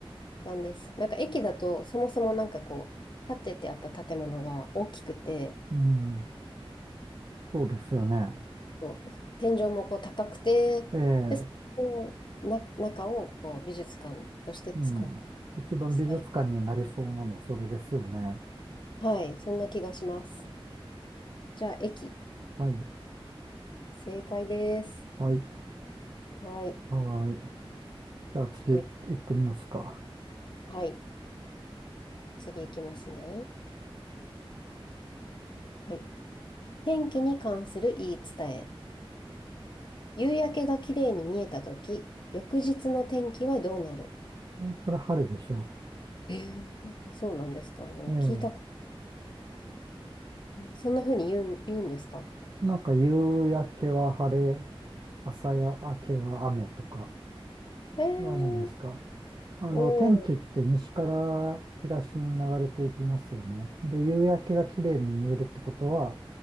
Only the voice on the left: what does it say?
感です。なんか駅だと、そもそもなんかこう、建ててあった建物が大きくて、
こう天井もこう高くて、
で、そこをな、中をこう美術館として使って、
はい、
はいそんな気がします。じゃあ、駅、
正解です。
はい。
といはい。次いきますね。はい。天気に関する言い伝え。夕焼けが綺麗に見えたとき、翌日の天気はどうなる
えー、そうなんですか聞いたこ
と、そんな風に言うん、言うんですか
えー、
おー、